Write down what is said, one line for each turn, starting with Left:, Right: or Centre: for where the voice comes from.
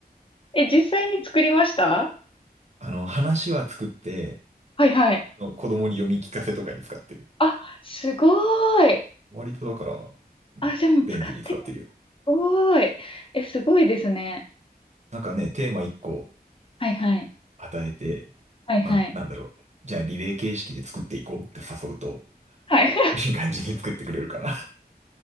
Left: え、実際に作りました
Right: あの、話は作って、
Left: はいはい。
Right: あの子供に読み聞かせとかに使ってる。
Left: あ、すごい。
Right: 割とだから、うん、
Left: あ、じゃあもう使ってるんだ。
Right: 便利に使ってるよ。
Left: すごい。え、すごいですね。
Right: なんかね、テーマ1個
Left: はいはい。
Right: 与えて、
Left: はいはい。
Right: まあ、なんだろう。じゃあリレー形式で作っていこうって誘うと、
Left: はい。
Right: いい感じに作ってくれるかな